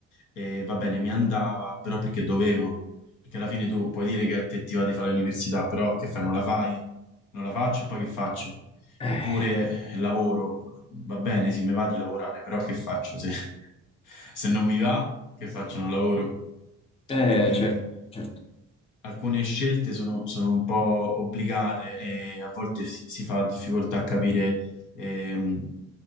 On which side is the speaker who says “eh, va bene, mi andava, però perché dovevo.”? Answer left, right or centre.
Left